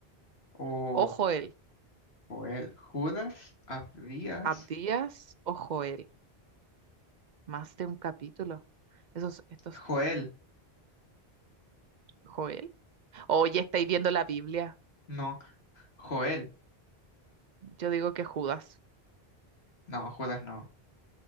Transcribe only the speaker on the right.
O Joel.
Abdías o Joel. Más de un capítulo. Esos, estos,
Joel. Oye, estáis viendo la Biblia.
Yo digo que Judas.